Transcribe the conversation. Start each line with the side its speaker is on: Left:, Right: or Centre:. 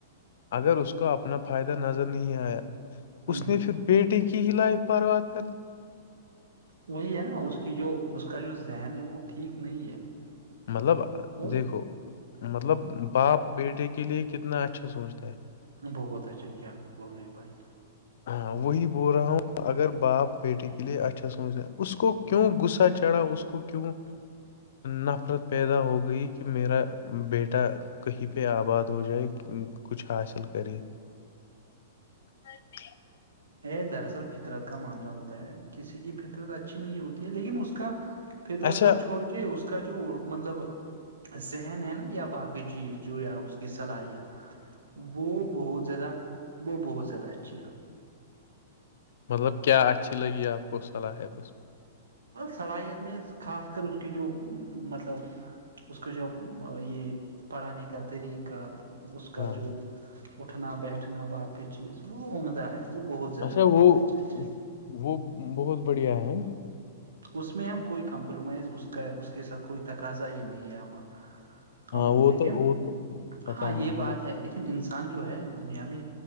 Left: اگر اس کو اپنا فائدہ نظر نہیں آیا
Right: ہ
Left: اس نے پھر پیٹٹی کی لائف پرو بات کر
Right: وہی ہے نا اس کی جو اس کا جو ذہن ہے وہ ٹھیک نہیں ہے
Left: مطلب
Right: وہ
Left: دیکھو مطلب باپ بیٹے کے لیے کتنا اچھا سوچتا ہے
Right: بہتچا اک تو بور رہوے بھائی
Left: ہاں وہی بول رہا ہوں اگر باپ بیٹے کے لیے اچھا سمچ جائے اس کو کیوں غصہ چڑھا اس کو کیوں نفرت پیدا ہو گئی کہ میرا بیٹا کہیں پہ آباد ہو جائے کچھ حاصل کرے اے
Right: یہ دراصل فطرت کا معاملہ ہوتا ہے کسی کی فطرت اچھی نہیں ہوتی ہے لیکن اس کا فطرت
Left: اچھا
Right: کو چھوڑ کے اس کا جو مطلب ذہن ہے نا یا باقی چیز جو یا اس کی صلاحیت وہ بہت زیادہ وہ بہت زیادہ اچھی ہے
Left: مطلب کیا اچھی لگی آپ کو صلاحیتس میں
Right: صلاحیت میں خاص کر اس کی جو مطلب اس کو جو یہ پڑھانے کا طریقہ اس کا
Left: ہاں
Right: جو
Left: ہاں
Right: اٹھنا بیٹھنا باقی چیز وہ عمدہ ہے وہ بہت زیادہ
Left: اچھا
Right: بہت
Left: وہ
Right: اچھا اچھا
Left: وہ بہت بڑھیا ہے
Right: اس میں ہم کوئی کمپرومائز اس کا اس کے ساتھ کوئی تقاضا ہی نہیں ہے ہمار ہمیں
Left: ہاں وہ
Right: لیکن
Left: تو وہ تو پتا
Right: ہاں یہ
Left: مجھے
Right: بات ہے لیکن انسان جو ہے دنیا میں